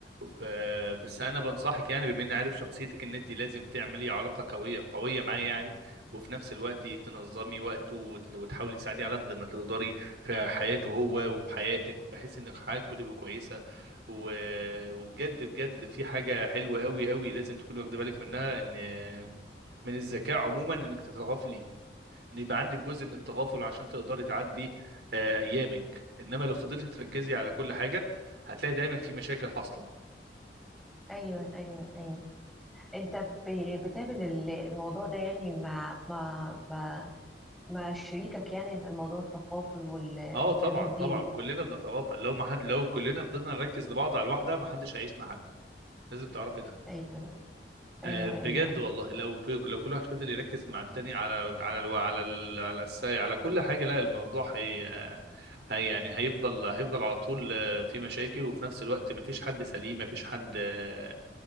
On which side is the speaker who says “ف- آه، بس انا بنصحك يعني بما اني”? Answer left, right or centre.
Right